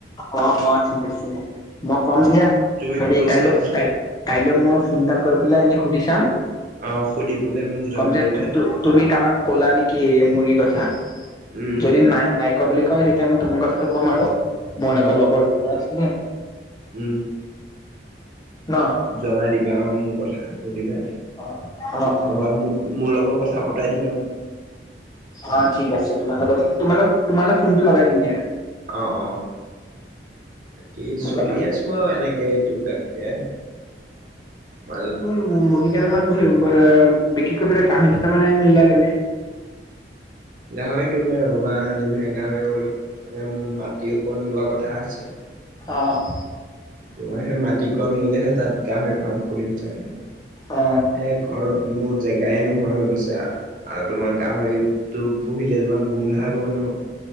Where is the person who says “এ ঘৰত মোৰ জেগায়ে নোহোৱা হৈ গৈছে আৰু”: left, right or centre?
Right